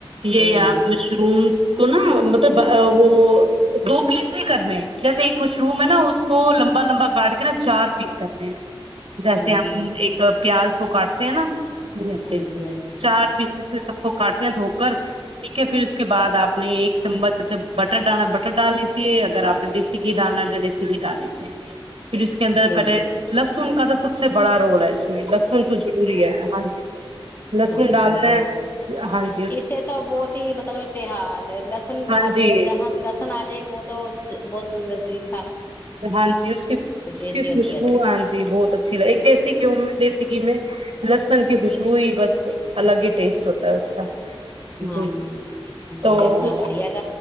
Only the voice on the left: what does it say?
ہاں
جی
ہ
ہاں
جی ہاں جی
ٹی
ہاں
جی بہت
اس سے تو بہت ہی مطلب تحال لسن
آج
جہاں سے لسن آ جائے وہ تو بہت نزدی <unintelligible>
ٹیسٹی
ہوتی ہے
ہاں ج بڑھیا
بنا
بڑیا گ